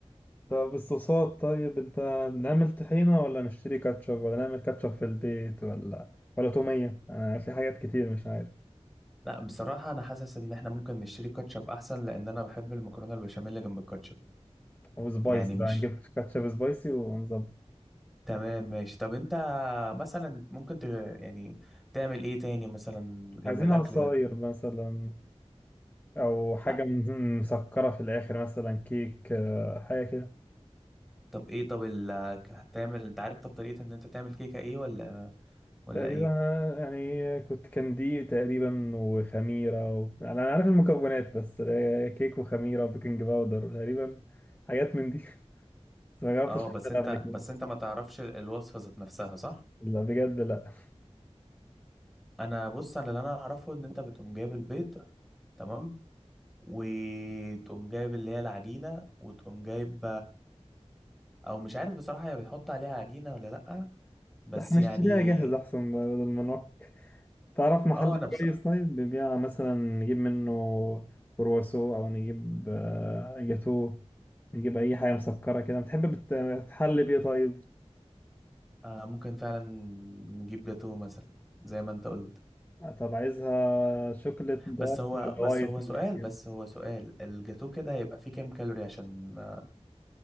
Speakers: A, on the left; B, in the centre.
A: طب الصوصات طيب انت نعمل طحينة ولا نشتري كاتشب ولا نعمل كاتشب في البيت ولا ولا تومية انا في حاجات كتير مش عارف
B: لا بصراحة أنا حاسس إن إحنا ممكن نشتري كاتشب أحسن لأن أنا بحب المكرونة البشاميل اللي جنب الكاتشب
A: او سبايسي
B: يعني مش
A: بقى نجيب كاتشب سبايسي ونظبط
B: تمام ماشي طب أنت مثلا ممكن ت... يعني تعمل إيه تاني مثلا جنب
A: عايزين
B: الأكل
A: عصاير
B: ده؟
A: مثلا او حاجه
B: لا
A: من- مسكره في الاخر مثلا كيك آه، حاجه كده
B: طب إيه طب ال... هتعمل أنت عارف طب طريقة إن أنت تعمل كيكة إيه ولا ولا
A: تقريبا
B: إيه؟
A: أنا يعني كنت كان دي تقريبا وخميره و... يعني انا عارف المكونات بس آه، كيك وخميره وبيكنج باودر تقريبا حاجات من دي <laughs> بس ما جربتش
B: أه بس أنت
A: اعملها قبل كده
B: بس أنت ما تعرفش ال- الوصفة ذات نفسها صح؟
A: لا بجد لا
B: أنا بص أنا اللي أنا أعرفه إن أنت بتقوم جايب البيض تمام؟ وتقوم جايب اللي هي العجينة وتقوم جايب او مش عارف بصراحة هي بتحط عليها عجينة ولا لأ بس
A: لا، احنا
B: يعني
A: نشتريها جاهزه احسن بدل ما نعك تعرف محل
B: اه انا
A: <laughs>
B: بص...
A: كويس طيب بيبيع مثلا نجيب منه كرواسو او نجيب آه، جاتو نجيب اي حاجه مسكره كده بتحب بت- بتحلي بايه طيب
B: آه ممكن فعلا نجيب جاتو مثلا زي ما انت قلت
A: طب عايزها شوكليت دارك
B: بس هو
A: ولا
B: بس
A: وايت
B: هو
A: ولا
B: سؤال بس
A: كده
B: هو سؤال الجاتو كده هيبقى فيه كام كالوري عشان آه